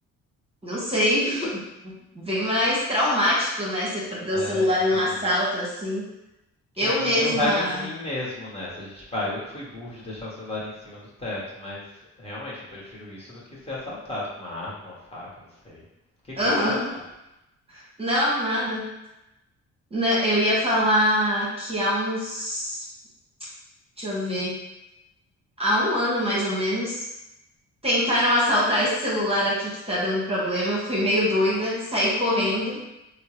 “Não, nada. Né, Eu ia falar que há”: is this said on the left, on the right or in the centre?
Right